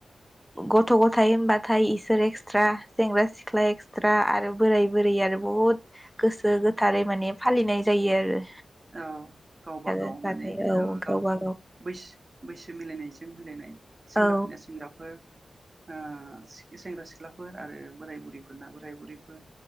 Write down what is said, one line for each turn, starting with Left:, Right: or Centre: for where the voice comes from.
Centre: गथ' गथायाइ होनबाथाय इसोर एक्सट्रा सेंग्रा सिख्ला एक्सट्रा आरो बोराय बुरै आरो बहुद गोसो गोथारै माने फालिनाय जायो जायो आरो
Right: औ गावबा गाव
Centre: होनबाथाय
Right: माने
Centre: औ
Right: ओ गाव
Centre: गावबा
Right: बैस बैसो मिलायनाय जायो जों मिलायनाय सेंग्राफोरनि
Centre: औ
Right: सेंग्राफोर ओ सेंग्रा सिख्लाफोर आरो बोराय बुरैफोरना बोराय बुरैफोर